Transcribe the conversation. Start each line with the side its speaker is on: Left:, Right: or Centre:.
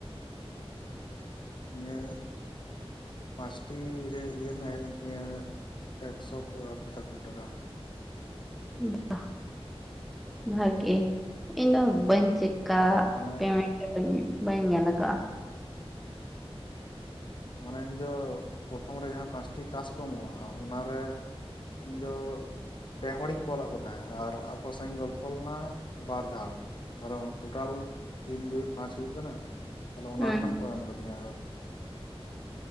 Left: ᱤᱧᱟᱹᱜ ᱯᱟᱸᱪᱴᱤ ᱤᱭᱟᱹ ᱨᱮᱱᱟᱜ ᱦᱮᱡ ᱮᱱ ᱛᱤᱧᱟᱹ ᱮᱠᱥᱚ ᱯᱚᱪᱟᱛᱛᱳᱚᱨ ᱴᱟᱠᱟ
Centre: ᱵᱟ ᱵᱷᱟᱜᱮ ᱤᱱᱟ ᱵᱟᱹᱧ ᱪᱮᱠ ᱠᱟᱜ
Left: ᱢᱟᱱᱮ
Centre: ᱯᱮᱢᱮᱴ ᱵᱟᱹᱧ ᱧᱮᱞ ᱟᱠᱟᱫᱟ
Left: ᱚᱱᱮ ᱤᱧᱫᱚ ᱯᱨᱚᱛᱷᱚᱢ ᱨᱮ ᱡᱟᱦᱟᱸ ᱯᱟᱸᱪᱴᱤ ᱴᱟᱥ ᱠᱚ ᱮᱢᱚᱜᱼᱟ ᱚᱱᱟᱨᱮ ᱤᱧ ᱫᱚ ᱯᱮ ᱦᱚᱲᱤᱧ ᱠᱚᱞ ᱟᱜ ᱠᱚ ᱛᱟᱦᱮᱸᱫ ᱟᱨ ᱟᱠᱚ ᱥᱟᱶ ᱤᱧ ᱜᱚᱞᱯᱷᱚ ᱞᱮᱱᱟ ᱵᱟᱨ ᱫᱷᱟᱣ ᱛᱟᱦᱚᱞᱮ ᱴᱳᱴᱟᱞ ᱛᱤᱱ ᱫᱩᱭ ᱯᱟᱸᱪ ᱦᱩᱭᱩᱜ ᱠᱟᱱᱟ ᱛᱟᱦᱞᱮ ᱚᱱᱟ
Centre: ᱦᱩᱸ
Left: ᱨᱮᱱᱟᱜ ᱠᱚ ᱮᱢ ᱟᱠᱟᱫᱤᱧᱟ ᱟᱨ